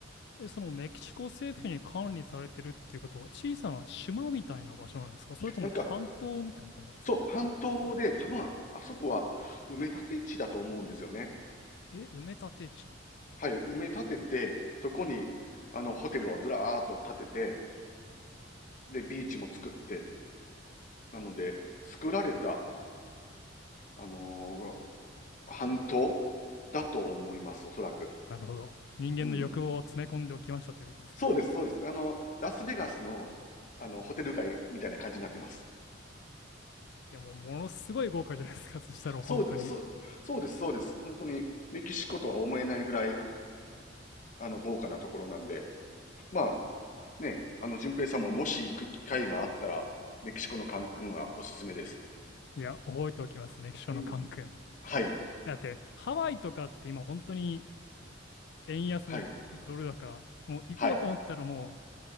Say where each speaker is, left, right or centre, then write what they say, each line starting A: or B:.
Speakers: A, on the left; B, on the left.
A: え、そのメキシコ政府に管理されてるっていうことは小さな島みたいな場所なんですかそれとも半島みたいな感じなんですか
B: なんか、そう、半島で、多分、あそこは埋め立て地だと思うんですよね。
A: え、埋め立て地。
B: はい、埋め立てて、そこに、あの、ホテルをずらーっと建てて、で、ビーチも作って、なので、作られた、あのー半島だと思います、おそらく。
A: なるほど。人間の欲望を詰め込んでおきましたということですね。
B: うん。そうです、そうです。あの、ラスベガスの、あの、ホテル街みたいな感じになってます。
A: いや、もうものすごい豪華じゃないですか。<laughs> そしたら本当に。
B: そうです、そうそうです、そうです。本当に、メキシコとは思えないぐらい、あの、豪華なところなんで。まあ、ね、あの、淳平さんももし行く機会があったら、メキシコのカンクンはおすすめです。
A: いや、覚えておきます。メキシコのカンクン。
B: うん。はい、
A: だって、ハワイとかって今本当に円安ドル高、
B: はい、
A: もう行こうと思ったらも
B: はい。